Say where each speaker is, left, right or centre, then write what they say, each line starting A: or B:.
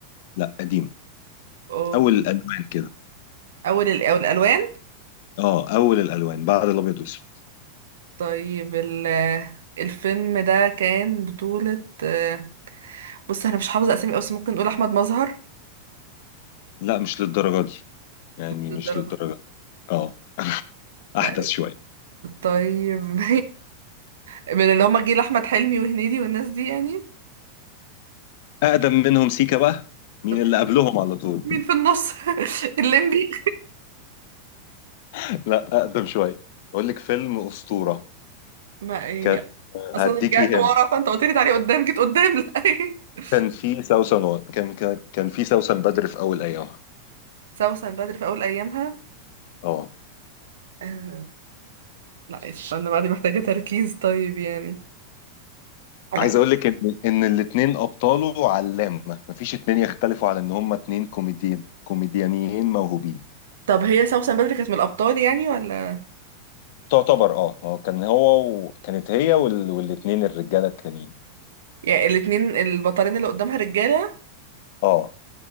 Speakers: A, on the left (about 50°); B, on the right (about 60°).
A: لا قديم
B: أوكي.
A: أول الألوان كده
B: أول الأول الألوان
A: اه أول الألوان بعد الأبيض والأسود
B: طيب ال- الفيلم ده كان بطولة آه، بص انا مش حافظه اسامي قوي، بس ممكن نقول احمد مظهر
A: لا مش للدرجة دي يعني
B: للدرجة
A: مش للدرجة دي اه
B: لا
A: أحدث شوية
B: طيب <laughs> من اللي هما جيل احمد حلمي وهنيدي والناس دي يعني
A: أقدم منهم سيكا بقى مين
B: طب
A: اللي
B: مين
A: قبلهم على طول
B: مين في النص <laughs> الليمبي
A: <laughs> لا أقدم شوية أقول لك فيلم أسطورة
B: ما يعني
A: كان
B: اصلا
A: هديكي
B: رجعت ورا
A: هنا
B: فانت قلت لي تعالي قدام جيت قدام لا <laughs>
A: كان في سوسن و... كان كان كان في سوسن بدر في اول ايامها
B: سوسن بدر في اول ايامها
A: اه
B: آه، لا استنى بقى دي محتاجه تركيز طيب يعني لا
A: عايز اقول لك ان ان الاثنين ابطاله علامه مفيش اتنين يختلفوا على ان هما اتنين كوميدي كوميديانيين موهوبين
B: طب هي سوسن بدر كانت من الابطال يعني ولا
A: تعتبر اه هو كان هو وكانت هي وال... والاثنين الرجاله التانيين
B: يعني الاتنين البطلين اللي قدامها رجاله
A: اه